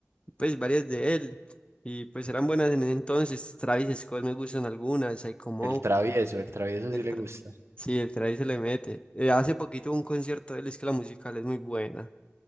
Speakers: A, on the left; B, on the right.
A: pues varias de él y pues eran buenas en ese entonces. Travis Scott me gustan algunas, Psycho Mode,
B: El travieso, el travieso
A: el
B: sí le
A: tra-
B: gusta.
A: sí, el Travis se le mete. Eh, hace poquito un concierto de él, es que la musical es muy buena.